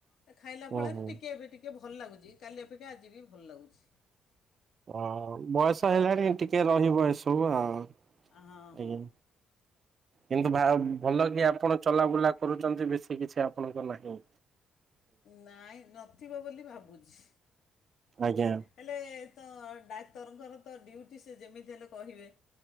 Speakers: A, on the left; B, on the right.
A: ଏ ଖାଇଲା
B: ହୁଁ
A: ଫଳରେ
B: ହୁଁ
A: ଟିକେ ଏବେ ଟିକେ ଭଲ ଲାଗୁଚି କାଲି ଏ ପେକ୍ଷା ଆଜିି ବି ଭଲ ଲାଗୁଛି।
B: ଅ ଆଉ ବୟସ
A: ଆଉ
B: ହେଲାଣି
A: ପୁ
B: ଟିକେ ରହିବ ଏସବୁ ଆଉ ଆଜ୍ଞା।
A: ହଁ ହଁ
B: କିନ୍ତୁ ଭା ଭଲ କି ଆପଣ ଚଲାବୁଲା କରୁଚନ୍ତି ବେଶୀ କିଛି ଆପଣଙ୍କ ନାହିଁ।
A: ନାଇଁ ନଥିବ ବୋଲି ଭାବୁଛି।
B: ଆଜ୍ଞା।
A: ହେଲେ ତ ଡାକ୍ତରଙ୍କର ତ ଡ୍ୟୁଟି ସେ ଯେମିତି ହେଲେ କହିବେ।